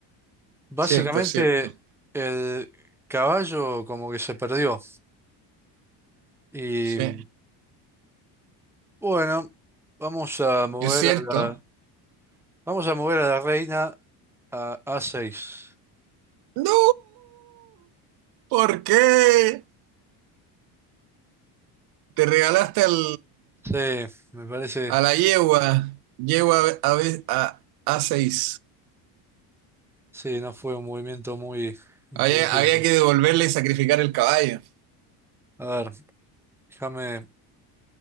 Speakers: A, in the centre; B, on the right.
A: Básicamente,
B: Cierto, es cierto.
A: el caballo como que se perdió. Y
B: Sí,
A: mm, bueno, vamos a mover
B: es cierto.
A: a la, vamos a mover a la reina a a seis
B: ¡No! ¿Por qué? Te regalaste al...
A: Sí, me parece,
B: A la yegua, yegua a, ve- a, a seis
A: sí, no fue un movimiento muy inteligente.
B: Había, había que devolverle y sacrificar el caballo.
A: A ver, déjame